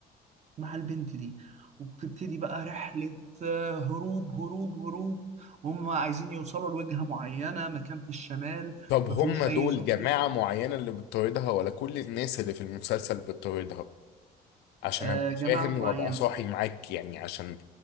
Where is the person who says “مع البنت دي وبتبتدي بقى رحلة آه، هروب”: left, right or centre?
Right